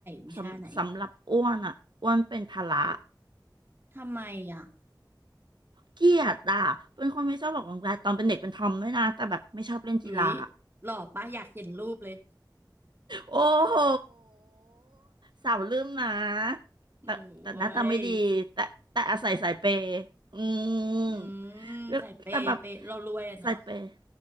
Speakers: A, on the right (about 30°); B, on the right (about 70°).
A: วิชาไหน
B: สำสำหรับอ้วนอ่ะอ้วนเป็นพละ
A: ทำไมอ่ะ
B: เกลียดอ่ะเป็นคนไม่ชอบออกกำลังกายตอนเป็นเด็กเป็นทอมด้วยนะแต่แบบไม่ชอบเล่นกีฬา
A: อุ๊ยหล่อปะอยากเห็นรูปเลย
B: โอ้โหสาวลืมนะ
A: โอ้ย
B: แต่แต่หน้าตาไม่ดีแต่แต่อาศัยสายเปย์อืม
A: อืมใส่เปเปเรารวยอ่ะเนาะ
B: ก็แต่แบบสายเปย์